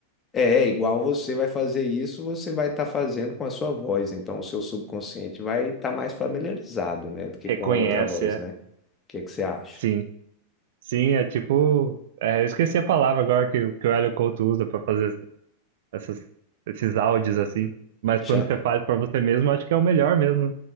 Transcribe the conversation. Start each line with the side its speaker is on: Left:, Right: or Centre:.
Left: é igual você vai fazer isso, você vai estar fazendo com a sua voz, então o seu subconsciente vai estar mais familiarizado, né, do que com
Right: reconhece,
Left: a outra voz,
Right: é.
Left: né? O que que você acha?
Right: Sim, sim, é tipo. é, eu esqueci a palavra agora que, o- que o Hélio Couto usa para fazer essas, esses áudios assim. Mas
Left: Cha-
Right: quando você faz para você mesmo, acho que é o melhor mesmo. né?